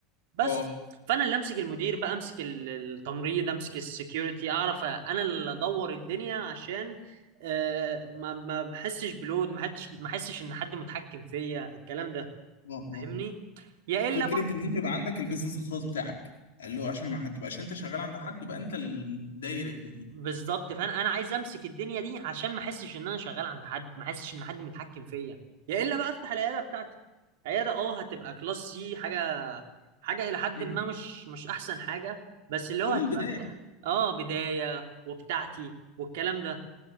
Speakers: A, on the right; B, on the left.
A: بس
B: اه
A: فانا اللي امسك المدير بقى امسك ال- التمريض امسك السكيورتي اعرف انا اللي ادور الدنيا عشان آه، ما ما بحسش بلود ما حدش ما احسش ان حد متحكم فيا الكلام ده
B: اه اه
A: فاهمني يا الا
B: فكره ان انت يبقى عندك البيزنس الخاص بتاعك اللي هو عشان ما هتبقاش انت شغال عند حد يبقى انت اللي داير الدنيا
A: بالظبط فانا انا عايز امسك الدنيا دي عشان ما احسش ان انا شغال عند حد ما احسش ان حد متحكم فيا يا الا بقى افتح العياده بتاعتي عياده اه هتبقى كلاس سي حاجه حاجه الى حد
B: امم
A: ما مش مش احسن حاجه بس اللي هو
B: كل
A: هتبقى
B: البدايه كده
A: بتاع اه بدايه وبتاعتي والكلام ده